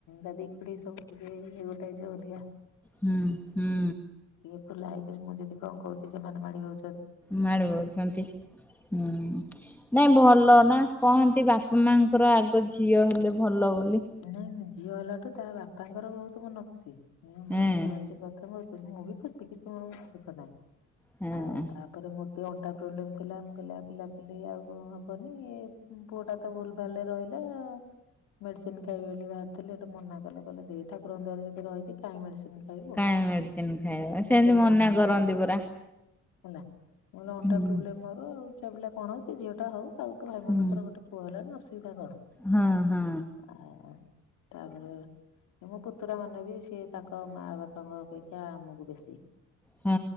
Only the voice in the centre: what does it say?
ହୁଁ ହୁଁ।
ମାଡ଼ି ବଉଛନ୍ତି ହୁଁ। ନାଇଁ ଭଲ ନା କହନ୍ତି ବାପା ମାଙ୍କର ଆଗ ଝିଅ ହେଲେ ଭଲ ବୋଲି।
ଏଁ
ହଁ
କାହିଁ ମେଡିସିନ ଖାଇବ ସେମିତି
ମନା
କରନ୍ତି ପରା।
ହୁଁ
ହୁଁ
ହଁ ହଁ।
ହଁ